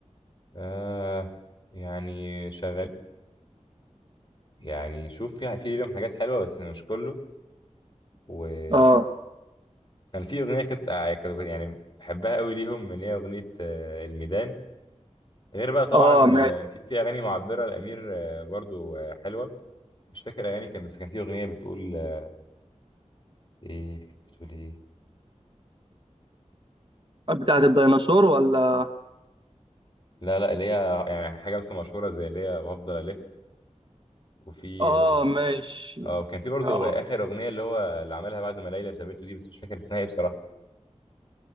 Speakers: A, on the left; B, on the right.
A: آه يعني شغال يعني شوف في في ليهم حاجات حلوة بس مش كله وأنا
B: آه
A: في أغنية كانت كانت- يعني بحبها قوي ليهم اللي هي أغنية آه، الميدان غير بقى طبعا
B: آه ماشي
A: آه، في في أغاني معبرة الأمير آه، برضو آه، حلوة مش فاكر أغاني كان بس كان في أغنية بتقول آه، إيه كانت بتقول إيه
B: بتاعة الديناصور ولا
A: لا لا اللي هي يعني حاجة مثلا مشهورة زي اللي هي بفضل ألف وفي
B: آه
A: اه
B: ماشي
A: آه، وكان في برضو
B: آه
A: أغ- آخر أغنية اللي هو اللي عملها بعد ما ليلى سابته دي بس مش فاكر اسمها إيه بصراحة